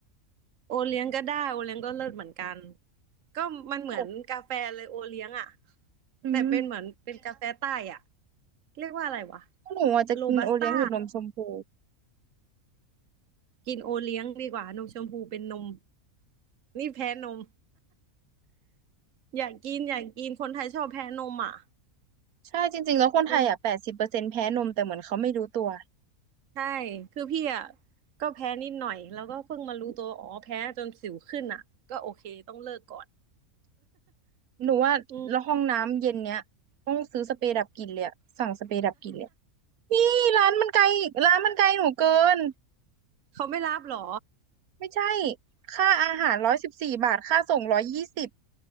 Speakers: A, on the right (about 60°); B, on the right (about 85°).
A: โอเลี้ยงก็ได้โอเลี้ยงก็เลิศเหมือนกันก็มันเหมือนกาแฟเลยโอเลี้ยงอ่ะ
B: หนูอืม
A: แต่เป็นเหมือนเป็นกาแฟใต้อ่ะเรียกว่าอะไรวะ
B: หนูอาจจะกินโอเลี้ยงหรือนมชมพู
A: โรบัสต้ากินโอเลี้ยงดีกว่านมชมพูเป็นนมนี่แพ้นมอยากกินอยากกินคนไทยชอบแพ้นมอ่ะ
B: ใช่จริงๆแล้วคนไทยอ่ะแปดสิบเปอร์เซ็นต์แพ้นมแต่เหมือนเขาไม่รู้ตัว
A: เป็นใช่คือพี่อ่ะก็แพ้นิดหน่อยแล้วก็เพิ่งมารู้ตัวอ๋อแพ้จนสิวขึ้นอ่ะก็โอเคต้องเลิกก่อน
B: หนูว่าแล้วห้องน้ำเย็นเนี้ยต้องซื้อสเปรย์ดับกลิ่นเลยอะสั่งสเปรย์ดับกลิ่นเลย
A: <laughs> อืม
B: นี่ร้านมันไกลร้านมันไกลหนูเกิน
A: <laughs> เขาไม่รับเหรอ
B: ไม่ใช่ค่าอาหารร้อยสิบสี่บาทค่าส่งร้อยยี่สิบ